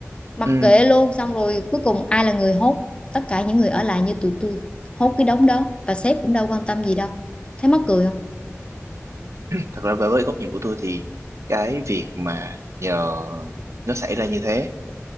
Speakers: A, on the left; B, on the right.
A: mặc
B: ừ
A: kệ luôn xong rồi cuối cùng ai là người hốt tất cả những người ở lại như tụi tôi hốt cái đống đó và sếp cũng đâu quan tâm gì đâu thấy mắc cười không
B: thật ra với với góc nhìn của tôi thì cái việc mà nhờ nó xảy ra như thế